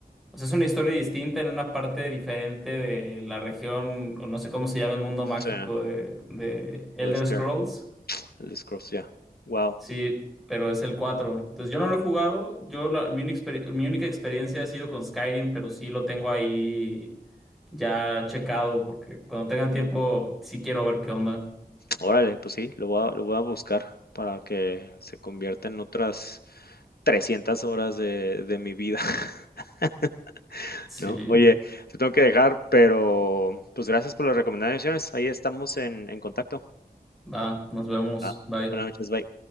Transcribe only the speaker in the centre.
O sea, es una historia distinta en una parte diferente de la región, o no sé cómo se llama el mundo
mágico de, de Elder
Scrolls.
Sí, pero es el cuatro Entonces, yo no lo he jugado. Yo la- mi, única exper- mi única experiencia ha sido con Skyrim, pero sí lo tengo ahí ya checado, porque cuando tenga tiempo sí quiero ver qué onda.
Sí,
va, nos vemos.
Bye.